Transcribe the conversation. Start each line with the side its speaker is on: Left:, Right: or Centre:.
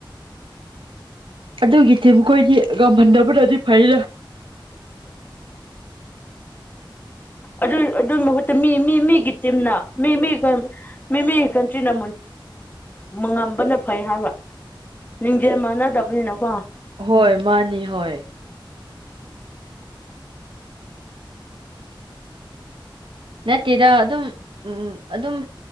Right: ꯑꯗꯨꯒꯤꯗꯤ ꯃꯈꯣꯏꯗꯤ ꯉꯝꯍꯟꯗꯕꯅꯗꯤ ꯐꯩꯗꯥ
Left: ꯑꯗꯨ ꯑꯗꯨꯏ ꯃꯍꯨꯠꯇ ꯃꯤ ꯃꯤ ꯃꯤꯒꯤ ꯇꯤꯝꯅ ꯃꯤ ꯃꯤꯒꯤ ꯃꯤ ꯃꯤꯒꯤ ꯀꯟꯇ꯭ꯔꯤꯅ ꯉꯝꯕꯅ ꯐꯩ ꯍꯥꯏꯕ ꯂꯤꯡꯡꯖꯦꯜ ꯃꯥꯟꯅꯗꯕꯅꯤꯅꯀꯣ
Right: ꯍꯣꯏ ꯃꯥꯅꯤ ꯍꯣꯏ ꯅꯠꯇꯦꯗ ꯑꯗꯨꯝ ꯎꯝ ꯑꯗꯨꯝ